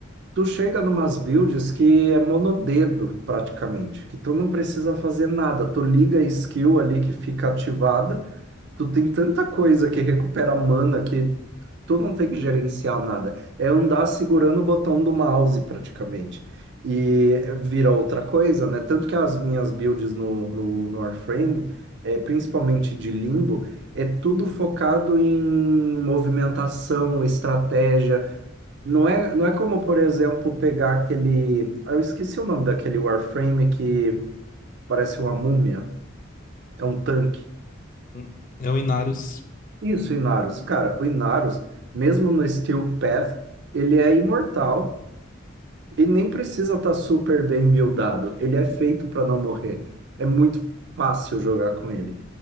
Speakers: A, on the right (about 60°); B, on the left (about 40°).
A: Tu chega numas builds que é monodedo praticamente, que tu não precisa fazer nada. Tu liga a skill ali que fica ativada, tu tem tanta coisa que recupera mana que tu não tem que gerenciar nada. É andar segurando o botão do mouse praticamente. E vira outra coisa, né? Tanto que as minhas builds no, no, no Warframe, é, principalmente de Limbo, é tudo focado em movimentação, estratégia não é, não é como, por exemplo, pegar aquele. Eu esqueci o nome daquele Warframe que parece uma múmia, é um tanque.
B: Hum. É o Inarius,
A: Isso, o Inarus. Cara, o Inarus, mesmo no Steel Path, ele é imortal e nem precisa estar super bem buildado. Ele é feito para não morrer. É muito fácil jogar com ele.